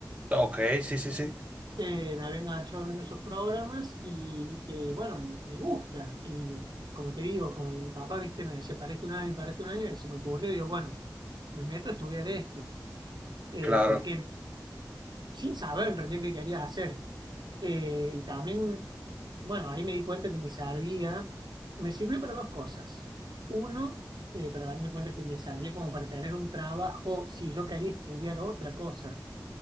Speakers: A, on the right; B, on the right.
A: Ok, sí, sí, sí.
B: eh, me había enganchado viendo esos programas y dije, bueno, me, me gusta. Y como te digo, como mi papá, viste, me decía, para este un año, para este un año, y se me ocurrió, digo, bueno, me meto a estudiar esto, eh,
A: Claro.
B: porque sin saber en realidad qué quería hacer. Eh, y también, bueno, ahí me di cuenta que me servía, me sirvió para dos cosas. Uno, eh, para darme cuenta que me servía como para tener un trabajo si yo quería estudiar otra cosa